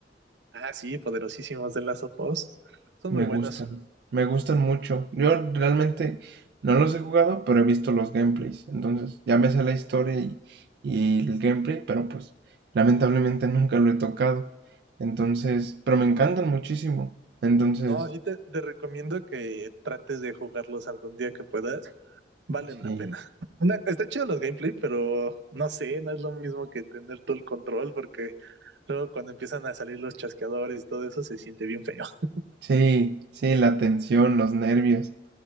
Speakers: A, on the right; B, on the right.
A: Ah, sí, poderosísimos de las opos. Son
B: Me
A: muy buenos.
B: gustan, me gustan mucho. Yo realmente no los he jugado, pero he visto los gameplays. Entonces, ya me sé la historia y, y el gameplay, pero pues lamentablemente nunca lo he tocado. Entonces, pero me encantan muchísimo. Entonces,
A: No, sí te, te recomiendo que trates de jugarlos algún día que puedas. Valen
B: sí,
A: la pena. Una, está chido los gameplay, pero no sé, no es lo mismo que tener todo el control porque luego cuando empiezan a salir los chasqueadores y todo eso se siente bien feo. <laughs>
B: sí, sí, la tensión, los nervios